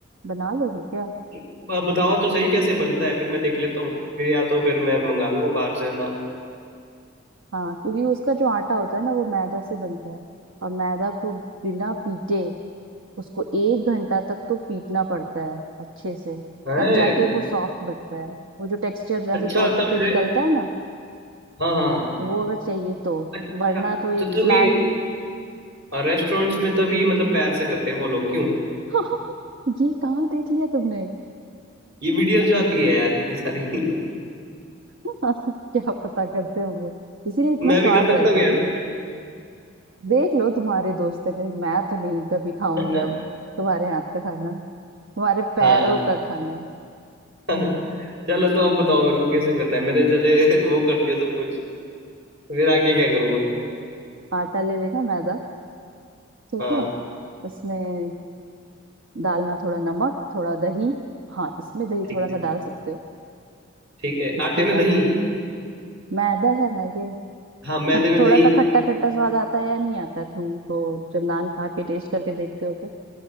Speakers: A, on the right (about 75°); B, on the right (about 55°).
A: बना लोगे क्या
B: अब बताओ तो सही कैसे बनता है फिर मैं देख लेता हूँ फिर या तो फिर मैं मंगा लूंगा बाहर से नान
A: हाँ क्योंकि उसका जो आटा होता है ना वो मैदा से बनता है और मैदा को बिना पीटे उसको एक घंटा तक तो पीटना पड़ता है अच्छे से
B: है
A: तब जाके वो सॉफ्ट बनता है वो जो टेक्सचर जैसे
B: अच्छा
A: तोड़ने
B: तभी
A: पे निकलता
B: रे-
A: है ना
B: हाँ हाँ
A: वो अगर चाहिए तो
B: अच्छा
A: वरना तो एक
B: तो
A: फ्लैट
B: तभी रेस्टोरेंट्स में तभी मतलब पैर से करते हैं वो लोग क्यों
A: <laughs> ये कहाँ देख लिया तुमने
B: ये वीडियोस जो आती है यार इतनी सारी <laughs>
A: <laughs> क्या पता करते होंगे इसीलिए इतना
B: मैं भी
A: स्वाद
B: कर सकता
A: रहता
B: हूँ क्या
A: है ना देख लो तुम्हारे दोस्त है भाई मैं तो नहीं कभी खाऊंगी
B: ऐसे?
A: अब तुम्हारे हाथ का खाना तुम्हारे पैरों
B: <laughs> हाँ
A: का खाना
B: <laughs> चलो तो अब बताओ मेरे को कैसे करना है मैंने चले <laughs> वो कर दिया सब कुछ फिर आगे क्या करूं मैं
A: आटा ले लेना मैदा ठीक
B: हाँ
A: है उसमें डालना थोड़ा नमक थोड़ा दही हाँ इसमें दही
B: ठीक
A: थोड़ा सा
B: है
A: डाल सकते हो
B: ठीक है
A: उसके
B: आटे में
A: बाद
B: दही
A: मैदा है ना ये
B: हाँ मैदे
A: खट
B: में
A: थोड़ा
B: दही
A: सा खट्टा खट्टा स्वाद आता है या नहीं आता है तुम तो जब नान खा के टेस्ट करके देखते हो तो